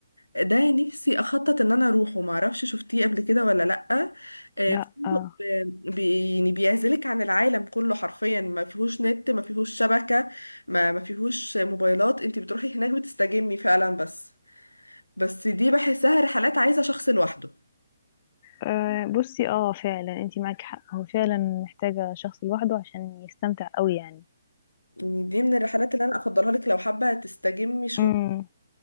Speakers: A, on the left; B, on the left.
A: ده نفسي اخطط ان انا اروحه ما اعرفش شفتيه قبل كده ولا لا آه،
B: لا
A: فندق
B: آه.
A: آه، بي- يعني بيعزلك عن العالم كله حرفيا ما فيهوش نت ما فيهوش شبكة ما ما فيهوش موبايلات انت بتروحي هناك بتستجمي فعلا بس بس دي بحسها رحلات عايزة شخص لوحده
B: آه بصي اه فعلا انتي معاكي حق هو فعلا محتاجة شخص لوحده عشان يستمتع قوي يعني
A: يعني دي من الرحلات اللي انا افضلها لك لو حابة تستجمي شوية
B: امم